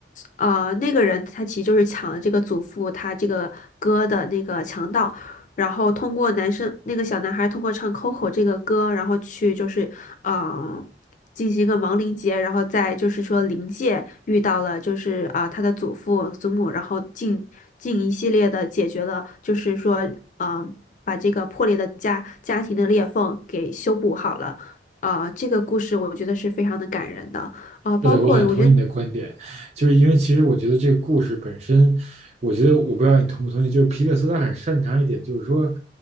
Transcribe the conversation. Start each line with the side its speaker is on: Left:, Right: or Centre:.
Left: 呃，那个人他其实就是抢了这个祖父他这个歌的那个强盗，然后通过男生那个小男孩通过唱《Coco》这个歌，然后去就是啊进行一个亡灵节，然后再就是说灵界遇到了就是啊、他的祖父祖母，然后进进一系列的解决了，就是说啊、呃把这个破裂的家家庭的裂缝给修补好了。啊、这个故事我觉得是非常的感人的。啊、包括我觉得
Right: 是的，我很同意你的观点，就是因为其实我觉得这个故事本身，我觉得我不知道你同不同意，就是皮克斯他很擅长一点，就是说